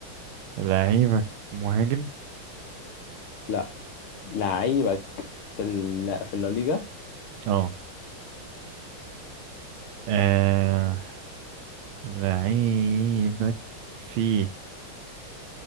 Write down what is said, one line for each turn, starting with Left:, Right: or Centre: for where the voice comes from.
Right: لعيبك مهاجم
Left: لا لعيبك في ال... لا، في الليجا؟
Right: اه آه... لعيبك فيه